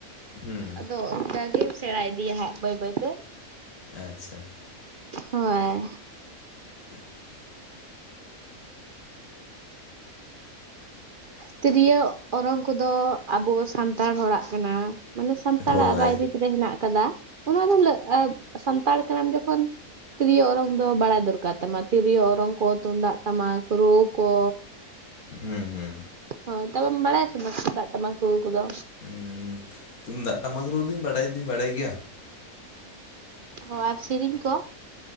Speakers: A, on the left (about 75°); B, on the right (about 55°).
A: ᱦᱩᱸ
B: ᱟᱫᱚ ᱚᱱᱠᱟᱜ ᱜᱮ ᱥᱮᱬᱟ ᱤᱫᱤᱭᱟ ᱦᱟᱸᱜ ᱵᱟᱹᱭ ᱵᱟᱹᱭ ᱛᱮ᱾
A: ᱟᱪᱷᱟ᱾
B: ᱦᱳᱭ᱾
A: <inaudible>
B: ᱛᱤᱨᱭᱳ ᱚᱨᱚᱝ ᱠᱚᱫᱚ ᱟᱵᱚ ᱥᱟᱱᱛᱟᱲ ᱦᱚᱲᱟᱜ ᱠᱟᱱᱟ᱾ ᱢᱟᱱᱮ ᱥᱟᱱᱛᱟᱲᱟᱜ
A: ᱦᱳᱭ
B: ᱨᱟᱭᱨᱤᱛ ᱨᱮ ᱦᱮᱱᱟᱜ ᱟᱠᱟᱫᱟ ᱚᱱᱟ ᱫᱚᱜ ᱥᱟᱱᱛᱟᱲ ᱠᱟᱱᱟᱢ ᱡᱚᱠᱷᱚᱱ᱾ ᱛᱤᱨᱭᱳ ᱚᱨᱚᱝ ᱫᱚ ᱵᱟᱲᱟᱭ ᱫᱚᱨᱠᱟᱨ ᱛᱟᱢᱟ ᱛᱤᱨᱭᱳ ᱚᱨᱚᱝ ᱠᱚ ᱛᱩᱢᱫᱟᱜ ᱴᱟᱢᱟᱠ ᱨᱩ ᱠᱚ᱾
A: ᱦᱩᱸ ᱦᱩᱸ᱾
B: ᱦᱳᱭ ᱛᱚᱵᱮ ᱢᱟᱲᱟᱭ ᱟᱥᱮ ᱵᱟᱝ ᱫᱩᱢᱰᱟᱜ ᱴᱟᱢᱟᱜ ᱨᱩ ᱠᱚᱫᱚ?
A: ᱦᱩᱸ᱾ ᱛᱩᱢᱫᱟᱜ ᱴᱟᱢᱟᱠ ᱨᱩᱫᱩᱧ ᱵᱟᱰᱟᱭ ᱫᱩᱧ ᱵᱟᱰᱟᱭ ᱜᱮᱭᱟ᱾
B: ᱦᱚ ᱟᱨ ᱥᱮᱨᱮᱧ ᱠᱚ?